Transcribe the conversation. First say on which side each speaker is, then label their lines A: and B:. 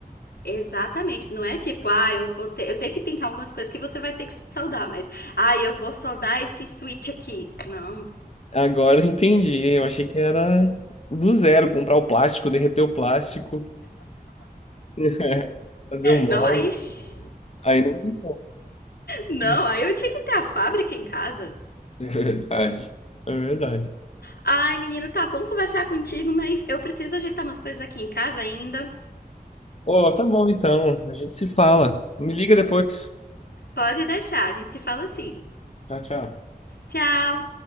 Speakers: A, on the left; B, on the left.
A: Exatamente, não é tipo, ah, eu vou ter. Eu sei que tem algumas coisas que você vai ter que soldar, mas. Ah, eu vou soldar esse switch aqui. Não,
B: Agora eu entendi. Eu achei que era do zero, comprar o plástico, derreter o plástico, <laughs> fazer um molde.
A: não, aí. <laughs>
B: Aí não tem como.
A: Não,
B: Hum,
A: aí eu tinha que ter a fábrica em casa.
B: É verdade. É verdade.
A: Ai, menino, tá bom conversar contigo, mas eu preciso ajeitar umas coisas aqui em casa ainda.
B: Ô, tá bom então. A gente se fala. Me liga depois.
A: Pode deixar, a gente se fala assim.
B: Tchau, tchau.
A: Tchau!